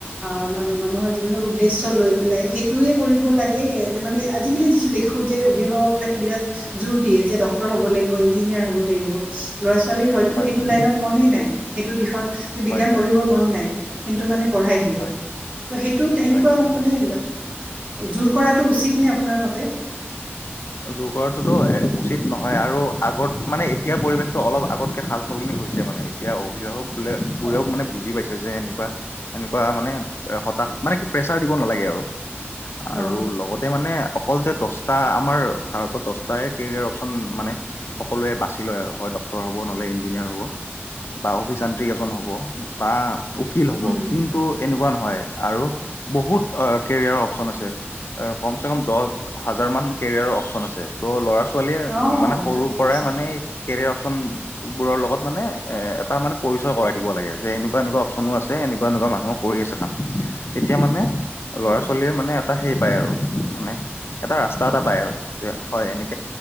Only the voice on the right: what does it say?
অ মান মানুহৰ যিমান উদেশ্য লৈ পেলাই সেই টোয়ে কৰিব লাগে মানে আজিকালি যিটো দেখোঁ যে, অভিভাৱকবিলাকে বিৰাট জোৰ দিয়ে যে, ডক্তৰ হ'ব লাগিব, ইঞ্জিনিয়াৰ হ'ব লাগিব, ল'ৰা ছোৱালীৰ হয়তো
সেইটো
লাইনত মনেই নাই। সেইটো দিশত যে, বিজ্ঞান
পঢ়িবৰ মন নাই, কিন্তু মানে পঢ়াই দিয়ে।
সেইটো সেনেকুৱা
মানে জোৰ কৰাটো উচিত নে আপোনাৰ মতে?
হয়।
অ
উম হুম
অ
ঠিকে কৈছে
হয়